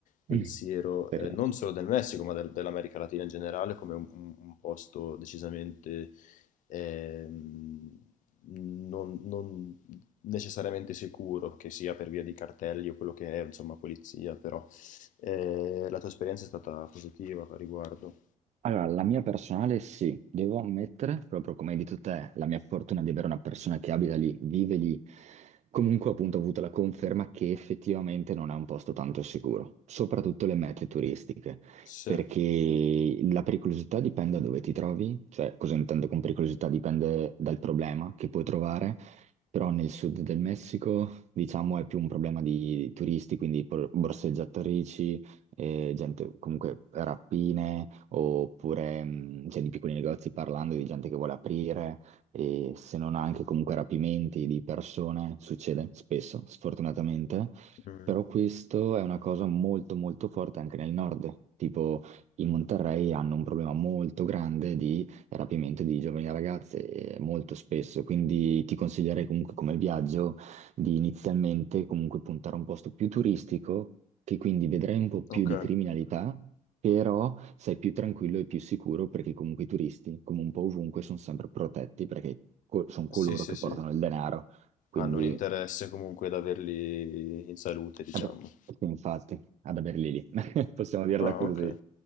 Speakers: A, on the left; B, on the right.
A: pensiero
B: Mhm. Speriamo.
A: eh, non solo del Messico, ma del- dell'America Latina in generale, come un, un- un posto decisamente ehm, non, non necessariamente sicuro, che sia per via di cartelli o quello che è, insomma, polizia, però eh, la tua esperienza è stata positiva a riguardo.
B: Allora, la mia personale sì, devo ammettere, proprio come hai detto te, la mia fortuna di avere una persona che abita lì, vive lì. Comunque, appunto, ho avuto la conferma che effettivamente non è un posto tanto sicuro, soprattutto le mete turistiche,
A: Sì.
B: perché la pericolosità dipende da dove ti trovi, cioè cosa intendo con pericolosità dipende dal problema che puoi trovare, però nel sud del Messico, diciamo, è più un problema di turisti, quindi por- borseggiatrici eh, gente, comunque rapine, oppure mh, cioè, di piccoli negozi parlando di gente che vuole aprire, e se non anche comunque rapimenti di persone, succede spesso, sfortunatamente.
A: Mm.
B: Però questo è una cosa molto molto forte anche nel nord. Tipo, in Monterrey hanno un problema molto grande di rapimento di giovani ragazze, eh, molto spesso. Quindi ti consiglierei comunque come viaggio di inizialmente comunque puntare a un posto più turistico, che quindi vedrai un po' più
A: Ok.
B: di criminalità, però sei più tranquillo e più sicuro perché comunque i turisti, come un po' ovunque, sono sempre protetti perché co- sono coloro
A: Sì, sì,
B: che
A: sì.
B: portano il denaro. Quindi,
A: Hanno un interesse comunque ad averli in salute, diciamo.
B: ad- sì, infatti, ad averli lì, <laughs> possiamo dirla
A: Ah,
B: così.
A: ok.